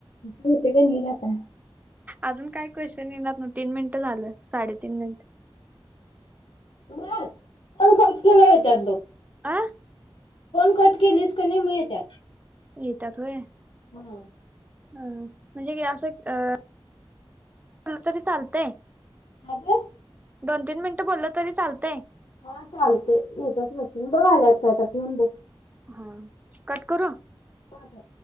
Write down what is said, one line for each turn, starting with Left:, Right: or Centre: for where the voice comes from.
Left: नेते ग मी जाताना.
Right: अजून काय क्वेश्चन येणार ना तीन मिनिट झालं साडेतीन मिनट.
Left: लवकरचं केळं येत्यात बग <unintelligible>
Right: आ
Left: दोन कट किलिस कनि मग येत्यात.
Right: येतात वय.
Left: हम!
Right: ह म्हणजे असं अ तरी चालतय.
Left: <unintelligible>
Right: दोन तीन मिनिटं बोलल तरी चालतंय.
Left: हा चालतंय, <unintelligible> बघ आल्यात काय.
Right: हा कट करू.
Left: हा बघ.